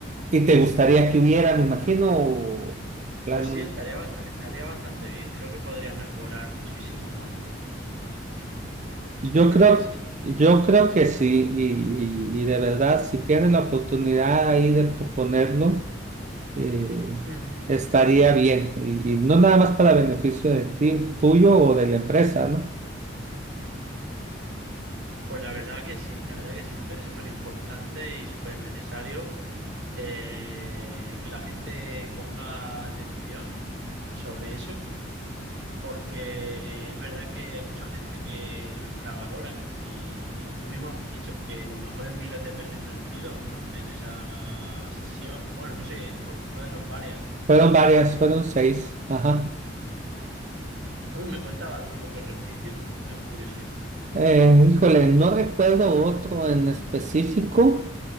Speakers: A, on the right; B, on the right.
A: ¿Y te gustaría que hubiera, me imagino, en plan,
B: Pues sí,
A: no?
B: estaría bast- estaría bastante bien. Creo que podría mejorar muchísimo, ¿no?
A: Yo
B: Yo
A: creo,
B: creo que sí.
A: yo creo que sí, y, y- y de verdad, si tienes la oportunidad ahí de proponerlo, eh,
B: Ujú.
A: estaría bien. Y, y no nada más para beneficio de ti, tuyo o de la empresa, ¿no?
B: Pues la verdad que sí, la verdad que sí, me parece súper importante y súper necesario eh, que la gente coja atención sobre eso, porque es verdad que hay mucha gente que lo infravalora y tú mismo has dicho que los mejores miles de pesos invertidos, ¿no? En esa sesión, bueno, no sé, fue- fueron varias, ¿no?
A: Fueron varias, fueron seis. Ajá.
B: Uy, ¿Me cuenta algún otro ejercicio? Tengo curiosidad.
A: Eh, híjole, no recuerdo otro en específico.